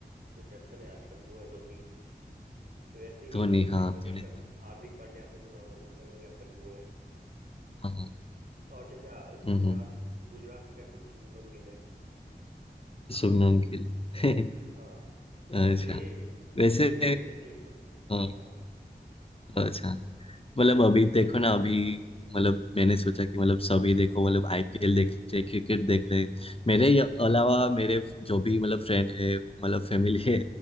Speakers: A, on the right; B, on the left.
A: जो कैप्टन है आजकल वो है धोनी वैसे
B: धोनी
A: ही मुंबई
B: हाँ
A: का
B: धोनी
A: कैप्टन
B: था
A: हार्दिक पांड्या आपने सुना होगा मुंबई का कैप्टन वो है
B: हाँ हाँ,
A: और जैसे अ, गुजरात
B: हम्म हम्म,
A: गुजरात का कैप्टन शुभमन गिल है
B: शुभमन गिल <laughs>
A: हाँ
B: अच्छा
A: तो ये
B: वैसे
A: दो महीने तक लीग चलती है
B: हाँ
A: हाँ
B: अच्छा मतलब अभी देखो ना अभी मतलब मैंने सोचा कि मतलब सभी देखो मतलब आईपीएल देख रहे क्रिकेट देख रहे मेरे य- अलावा मेरे जो भी मतलब फ्रेंड है मतलब फैमिली है